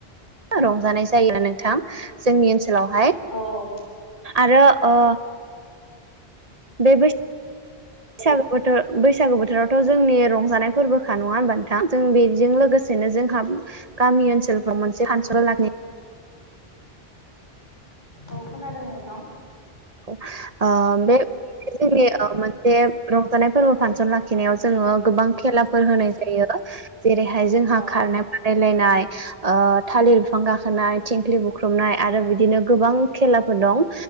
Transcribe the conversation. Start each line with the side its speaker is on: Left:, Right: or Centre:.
Right: ओ रंजानाय जायो नोंथां जोंनि ओनसो। <unintelligible> वहाय
Left: औ
Right: आरो ओ। बे बैस। फिसागो बोथोर बैसागो बोथोरावथ जोंनि रंजानाय फोरबोखा नङा होनबा नोंथां जों बेजों लोगोसे। हिनो जोंहा गामि ओनसोलफ्राव मोनसे फानसल लाखनि।
Left: औ खोनादों नोंथां।
Right: ओ बे। <unintelligible> जोंिन ओ मोनसे रंजानाय फोरबो फानसन लाखिनायाव जोङो गोबां। खेलाफोर होनाय जायो जेरैहाय जोंहा
Left: औ
Right: खारनाय बारनाय। लायनाय ओ थालिर बिफां गाखोनाय थिंख्लि बुख्रुबनाय आरो बिदिनो गोबां खेलाफोरखौ। दं